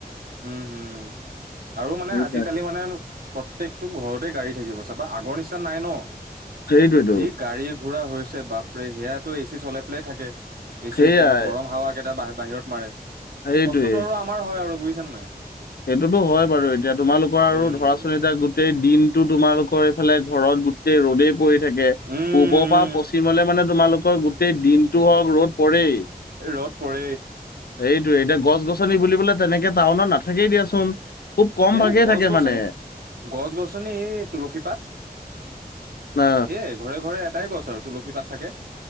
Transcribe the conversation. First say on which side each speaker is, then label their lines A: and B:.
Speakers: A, on the right; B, on the left.
A: উম হম আৰু মানে
B: সেইকাৰণে
A: আজিকালি মানে প্ৰত্যেকটো ঘৰত গাড়ী থাকিব চাবা আগৰ নিচিনা নাই ন
B: সেইটোৱেতো
A: যি গাড়ী ঘোৰা হৈছে বাপৰে সেয়াতো এ চি চলাই পেলাই থাকে। এ
B: সেইয়াই
A: চিৰ গৰম হাৱা কেইটা বা বাহিৰত মাৰে।
B: সেইটোৱে
A: কষ্টটো আৰু আমাৰ হয় আৰু বুজিছানে নাই।
B: সেইটোতো হয় বাৰু এতিয়া তোমালোকৰ আৰু
A: উম
B: ধৰা চোন এটা গোটেই দিনটো তোমালোকৰ এইফালে ঘৰত গোটেই ৰ'দেই পৰি- থাকে
A: উম
B: পূ্বৰ পৰা
A: উম
B: পশ্চিমলে মানে তোমালোকৰ গোটেই দিনটো হওক ৰ'দ পৰেই।
A: ৰ'দ পৰে।
B: সেইটোৱেই এতিয়া গছ গছনি বুলিবলে তেনেকে টাউনত নাথাকেই দিয়াচোন। খুব কম
A: এ
B: ভাগেই
A: গছ
B: থাকে
A: গছনি
B: মানে
A: গছ গছনি এই তুলসী পাত
B: অ
A: সেয়াই ঘৰে ঘৰে এটাই গছ আৰু তুলসী পাত থাকে